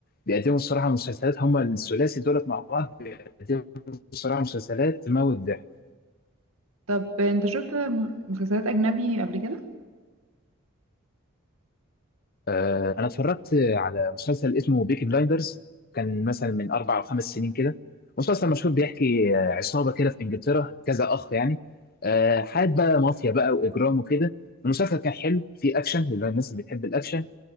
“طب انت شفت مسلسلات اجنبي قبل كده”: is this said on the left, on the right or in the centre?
Right